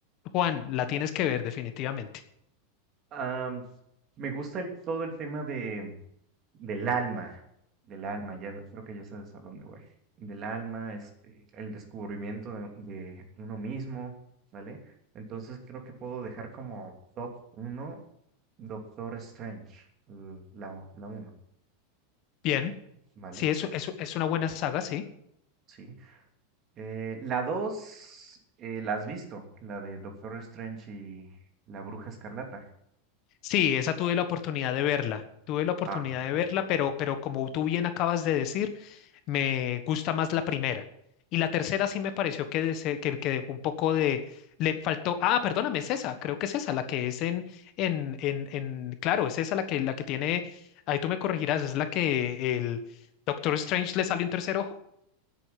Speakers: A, on the left; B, on the right.
A: Juan, la tienes que ver definitivamente.
B: Am, me gusta el, todo el tema de, del alma, del alma, ya creo que ya sabes a dónde voy. Del alma, este, el descubrimiento de, de uno mismo, ¿vale? Entonces creo que puedo dejar como top uno Doctor Strange, l- la, o- la uno,
A: Bien,
B: ¿vale?
A: sí, eso, eso es una buena saga, sí.
B: Sí. Eh, la dos, eh, ¿la has visto? La de Doctor Strange y la Bruja Escarlata.
A: Sí, esa tuve la oportunidad de verla, tuve la oportunidad
B: Ah,
A: de
B: ok.
A: verla, pero, pero como tú bien acabas de decir, me gusta más la primera. Y la tercera sí me pareció que, dese- que, que dejó un poco de... Le faltó... Ah, perdóname, es esa, creo que es esa, la que es en... en, en, en... Claro, es esa la que, la que tiene... Ahí tú me corregirás, es la que el Doctor Strange le sale un tercer ojo.